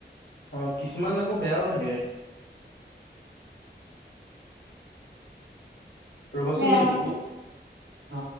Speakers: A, on the left; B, on the right.
A: অ কিছুমান আকৌ বেয়াও থাকে। <inaudible> ৰ'বাচোন
B: বেয়া
A: দেই
B: মানে। অ